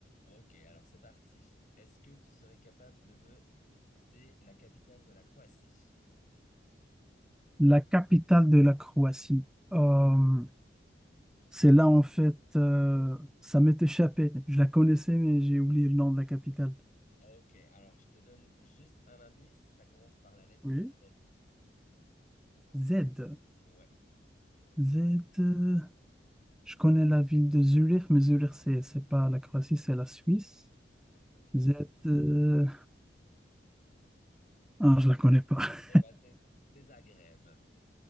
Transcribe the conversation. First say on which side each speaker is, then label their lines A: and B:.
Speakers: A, on the left (about 45°); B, in the centre.
A: Ok, alors c'est parti. Est-ce que tu serais capable de me citer la capitale de la Croatie?
B: La capitale de la Croatie. Euh, c'est là, en fait, euh, ça m'est échappé. Je la connaissais, mais j'ai oublié le nom de la capitale.
A: Ok, alors je te donne juste un indice, ça commence par la lettre
B: Oui.
A: Z.
B: Z.
A: Ouais,
B: Z. euh, Je connais la ville de Zurich, mais Zurich, c'est, c'est pas la Croatie, c'est la Suisse.
A: ce n'est pas celle-là,
B: Z.
A: effectivement.
B: euh, Ah,
A: Ok,
B: je la connais pas. <laughs>
A: eh ben, c'est c'est Zagreb.